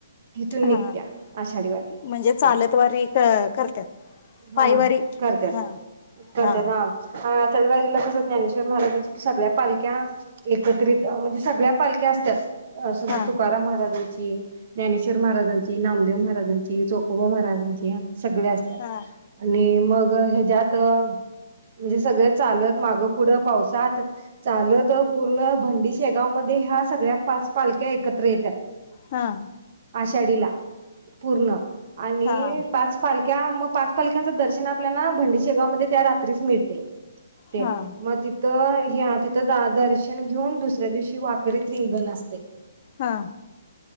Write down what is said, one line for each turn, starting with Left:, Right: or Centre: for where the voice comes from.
Right: हिथून
Left: हा
Right: निघत्या आषाढी वारी
Left: म्हणजे चालत
Right: ते
Left: वारी क करत्यात
Right: हा
Left: पायवारी
Right: करत्यात
Left: हा
Right: करत्यात
Left: हा
Right: हा आषाढी वारीला कस ज्ञानेश्वर माराजांची सगळ्या पालक्या एकत्रित
Left: हा
Right: म्हणजे सगळ्या पालक्या असत्यात. संत
Left: हा
Right: तुकाराम महाराजांची ही ज्ञानेश्वर महाराजांची, नामदेव महाराजांची, चोकोबा महाराजांची सगळे असत्यात
Left: हा
Right: आणि मग ह्याच्यात म्हणजे सगळे चालत माग पुढ पावसात चाल तर पूर्ण भंडी शेगाव मध्ये ह्या सगळ्या पाच पालख्या एकत्र येत्यात.
Left: हा
Right: आषाढीला पूर्ण आणि
Left: हा
Right: पाच पालक्या म पाच पालख्यांच दर्शन आपल्याला भंडीशेगाव मध्ये त्या रात्रीच मिळतय. तेन
Left: हा
Right: मग तिथं हे आज तित तिथ दर्शन घेऊन दुसऱ्या दिवशी वाकरीत रिंगण असतय.
Left: हा